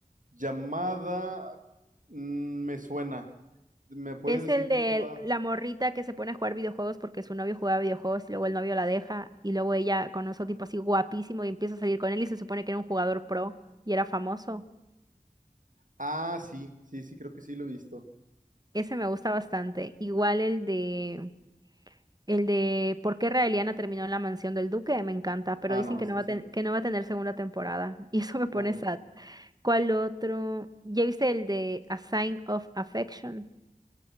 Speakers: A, on the right; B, on the right.
A: Llamada mm, me suena. ¿Me puedes
B: Es
A: decir
B: el
A: de
B: de
A: qué va?
B: la morrita que se pone a jugar videojuegos porque su novio jugaba videojuegos y luego el novio la deja y luego ella conoce a un tipo así guapísimo y empieza a salir con él y se supone que era un jugador pro y era famoso.
A: Ah, sí, sí, sí, creo que sí lo he visto.
B: Ese me gusta bastante. Igual el de... El de ¿Por qué Raeliana terminó en la mansión del duque? Me encanta, pero
A: Ah,
B: dicen
A: no,
B: que
A: es,
B: no
A: es-
B: va a, ten- que no va a tener segunda temporada. <laughs> Y eso me pone
A: no,
B: sad. ¿Cuál otro? ¿Ya viste el de A Sign of Affection?